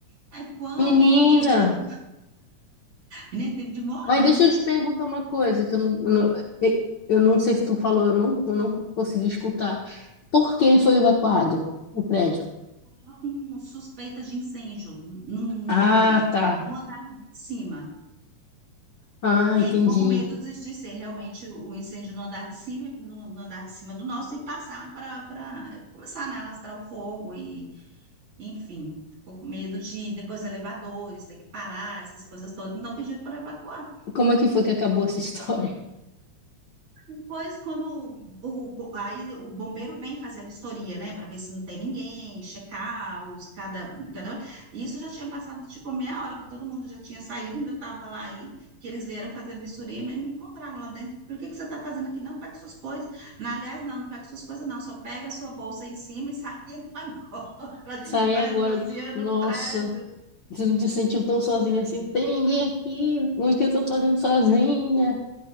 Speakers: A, on the right; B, on the left.
A: Aí, quando
B: Menina,
A: o corpo de bombeiro, né, teve de morrer,
B: Ai, deixa eu te perguntar uma coisa que eu não, eu não, eh, eu não sei se tu falou, eu não, eu não co- consegui escutar. Por que ele foi evacuado, o prédio?
A: estava com suspeita de incêndio no num,
B: Ah, tá.
A: no andar de cima.
B: Ah,
A: E
B: entendi.
A: aí ficou com medo de, de ser realmente o incêndio no andar de cima, no, no andar de cima do nosso e passar para começar, né, a alastrar o fogo e Enfim, ficou com medo de depois elevadores, ter que parar, essas coisas todas. Então pediram para evacuar.
B: Como é que foi que acabou essa história? <laughs>
A: Depois, quando o, o- aí o bombeiro vem fazer a vistoria, né, para ver se não tem ninguém, checar os cada, cada. e Isso já tinha passado tipo meia hora que todo mundo já tinha saído, ainda estava lá aí, que eles vieram fazer a vistoria e me me encontraram lá dentro. Por que que você está fazendo aqui? Não, pega suas coisas. Na, aliás, não, não pega suas coisas, não, só pega a sua bolsa em cima e sai <laughs> agora. A gente
B: Saí
A: está
B: agora.
A: esvaziando
B: Nossa,
A: o prédio.
B: você não te sentiu tão
A: menina.
B: sozinha assim? Não tem ninguém aqui. O que eu tô fazendo sozinha?